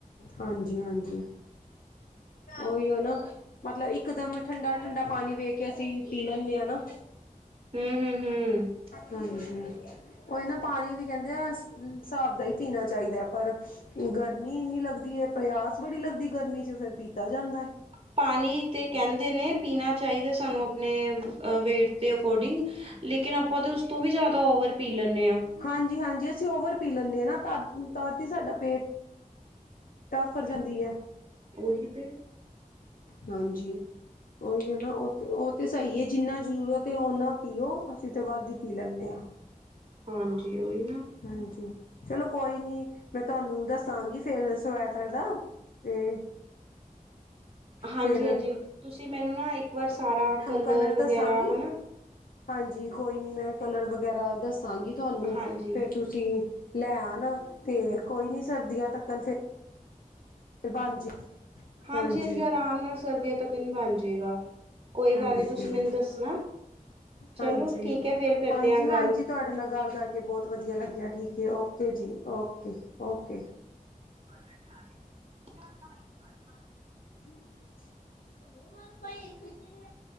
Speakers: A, on the left; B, on the right.
A: ਹਾਂਜੀ-ਹਾਂਜੀ ਉਹੀਓ ਨਾ। ਮਤਲਬ ਇੱਕ ਦਮ ਠੰਡਾ-ਠੰਡਾ ਪਾਣੀ ਵੇਖ ਕੇ ਅਸੀ ਪੀ ਲੈਨੇ ਹਾਂ ਨਾ।
B: ਹੂੰ-ਹੂੰ-ਹੂੰ
A: ਹਾਂਜੀ ਉਹੀ ਨਾ ਪਾਣੀ ਵੀ ਕਹਿੰਦੇ ਆ ਸਾਬ ਦਾ ਹੀ ਪੀਣਾ ਚਾਹੀਦਾ ਪਰ ਗ ਗਰਮੀ ਇੰਨੀ ਲੱਦੀ ਹੈ ਪਿਆਸ ਬੜੀ ਲਗਦੀ ਗਰਮੀ ਚ ਫੇਰ ਪੀਤਾ ਜਾਂਦਾ ਏ।
B: ਪਾਣੀ ਤੇ ਕਹਿੰਦੇ ਨੇ ਪੀਣਾ ਚਾਹੀਦਾ ਸਾਨੂੰ ਆਪਣੇ ਵੇਟ ਦੇ ਅਕੋਰਡਿੰਗ। ਲੇਕਿਨ ਆਪਾਂ ਤਾਂ ਉਸ ਤੋਂ ਵੀ ਜਾਦਾ ਓਵਰ ਪੀ ਲੈਂਦੇ ਹਾਂ।
A: ਹਾਂਜੀ-ਹਾਂਜੀ ਅਸੀਂ ਓਵਰ ਪੀ ਲੈਂਦੇ ਹਾਂ ਨਾ ਤਦ-ਤਦ ਹੀ ਸਾਡਾ ਪੇਟ ਤਾਂ ਆਫਰ ਜਾਂਦੀ ਹੈ।
B: ਓਹੀ ਤੇ।
A: ਹਾਂਜੀ। ਓਹੀਓ ਨਾ ਉਹ ਤੇ, ਉਹ ਤੇ ਸਹੀ ਹੈ ਜਿੰਨਾ ਜ਼ਰੂਰਤ ਹੈ ਓਨਾ ਪੀਓ ਅਸੀਂ ਤਾਂ ਵੱਧ ਹੀ ਪੀ ਲੈਨੇ ਹਾਂ।
B: ਹਾਂਜੀ ਓਹੀ ਨਾ।
A: ਹਾਂਜੀ ਚਲੋ ਕੋਈ ਨੀ ਮੈਂ ਤੁਹਾਨੂੰ ਦੱਸਾਂਗੀ ਫੇਰ ਸਵੈਟਰ ਦਾ। ਅਤੇ
B: ਹਾਂਜੀ-ਹਾਂਜੀ
A: ਫਿਰ
B: ਤੁਸੀਂ ਮੈਨੂੰ ਨਾ ਇੱਕ ਇੱਕ ਵਾਰ ਸਾਰਾ
A: ਤੁਹਾਨੂੰ
B: ਕਲਰ ਵਗੈਰਾ
A: ਦੱਸਾਂਗੀ
B: ਹਨਾ
A: ਹਾਂਜੀ ਕੋਈ ਨੀ ਮੈਂ ਕਲਰ ਵਗੈਰਾ ਦੱਸਾਂਗੀ ਤੁਹਾਨੂੰ
B: ਹਾਂਜੀ।
A: ਫੇਰ ਤੁਸੀਂ ਲੈ ਨਾ ਤੇ ਕੋਈ ਨੀ ਸਰਦੀਆਂ ਤੱਕਨ ਫ ਬਣ ਜੇ
B: ਹਾਂਜੀ-ਹਾਂਜੀ
A: ਹਾਂਜੀ
B: ਆਰਾਮ ਨਾਲ ਸਰਦੀਆਂ ਤੱਕ ਨ ਬਣ ਜੇਗਾ। ਕੋਈ
A: ਹਾਂਜੀ
B: ਗੱਲ ਨੀ ਤੁਸੀਂ ਮੈਨੂੰ ਦੱਸਣਾ
A: ਹਾਂਜੀ
B: ਚਲੋ ਠੀਕ ਹੈ ਫੇਰ ਕਰਦੇ
A: ਹਾਂਜੀ
B: ਆ
A: ਹਾਂਜੀ
B: ਗੱਲ।
A: ਤੁਹਾਡੇ ਨਾਲ ਗੱਲ ਕਰਕੇ ਬਹੁਤ ਵਧੀਆ ਲੱਗਿਆ ਠੀਕ ਹੈ ਓਕੇ ਜੀ, ਓਕੇ-ਓਕੇ।
B: <unintelligible>
A: <unintelligible>